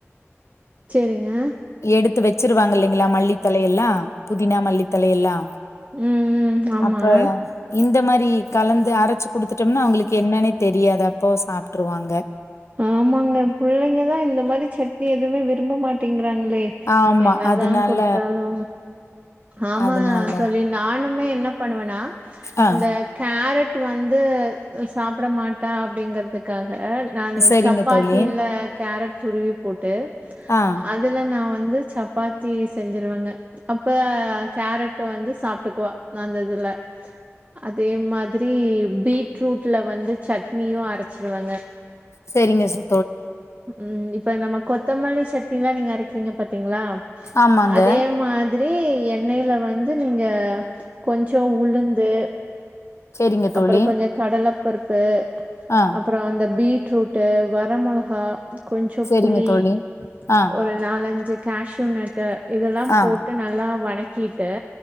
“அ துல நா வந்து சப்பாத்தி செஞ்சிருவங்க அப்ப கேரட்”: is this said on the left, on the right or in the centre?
Right